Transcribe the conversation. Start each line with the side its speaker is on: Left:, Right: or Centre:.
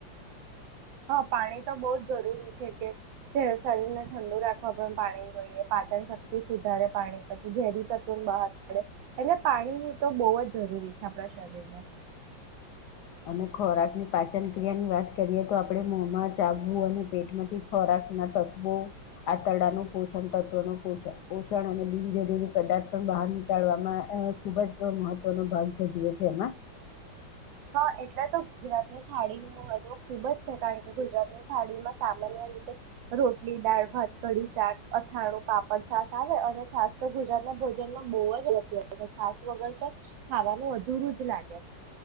Right: હા પાણી તો બહુ જ જરૂરી છે કે શરીરને ઠંડુ રાખવા પણ પાણી જોઈએ પાચન શક્તિ સુધારે પાણી પછી ઝેરી તત્વોને બહાર પડે એટલે પાણીની તો બહુ જ જરૂરી છે આપણા શરીરને
Left: અને ખોરાક ની પાચન ક્રિયા ની વાત કરીએ તો આપણે મોમાં ચાગવું અને પેટમાંથી ખોરાક ના તત્વો આંતરડાનું પોષણ તત્વનું પોષણ પોષણ અને બિનજરૂરી પદાર્થ પણ બહાર નીકળવામાં ખૂબ જ મહત્વનો ભાગ ભજવે છે એમાં
Right: હા એટલે તો ગુજરાતની થાળી નું મહત્વ ખુબ જ છે કારણ કે ગુજરાતની થાળીમાં સામાન્ય રીતે રોટલી દાળ ભાત કડી શાક અથાણું પાપડ છાસ આવે અને છાસ તો ગુજરાતના ભોજનમાં બહુ જ અત એ છાસ વગર તો ખાવાનું અધુરું જ લાગે